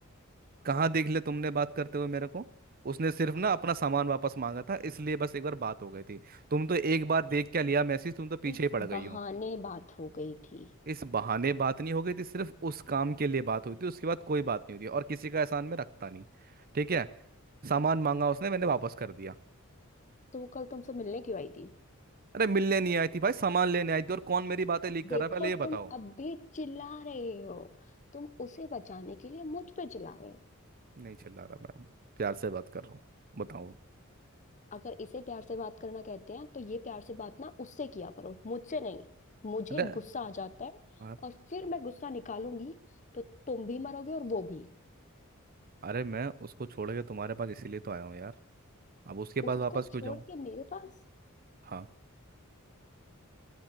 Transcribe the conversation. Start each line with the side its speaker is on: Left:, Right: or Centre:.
Right: कहाँ देख लिया तुमने बात करते हुए मेरे को उसने सिर्फ ना अपना सामान वापस मांगा था इसलिए बस एक बार बात हो गई थी तुम तो एक बार देख क्या लिया मैसेज तुम तो पीछे
Left: इस
Right: ही पड़ गई
Left: बहाने
Right: हो
Left: बात हो गई थी
Right: इस बहाने बात नहीं हो गई थी सिर्फ उस काम के लिए बात हुई थी उसके बाद कोई बात नहीं हुई थी और किसी का एहसान में रखता नहीं ठीक है सामान मांगा उसने मैंने वापस कर दिया
Left: तो वो कल तुमसे मिलने क्यों आई थी
Right: अरे मिलने नहीं आई थी भाई सामान लेने आई थी और कौन मेरी बातें लीक
Left: देखो
Right: कर रहा है पहले ये
Left: तुम
Right: बताओ
Left: अब भी चिल्ला रहे हो तुम उसे बचाने के लिए मुझ पे चिल्ला रहे हो
Right: नहीं चिल्ला रहा मैं प्यार से बात कर रहा हूँ बताओ
Left: अगर इसे प्यार से बात करना कहते हैं तो ये प्यार से बात ना उससे किया करो मुझसे नहीं मुझे
Right: अरे
Left: गुस्सा आ जाता है
Right: यार,
Left: और फिर मैं गुस्सा निकालूंगी तो तुम भी मरोगे और वो भी
Right: अरे मैं उसको छोड़ के तुम्हारे पास इसीलिए तो आया हूँ यार अब उसके
Left: उसको
Right: पास वापस क्यों
Left: छोड़
Right: जाऊँ
Left: के मेरे पास
Right: हाँ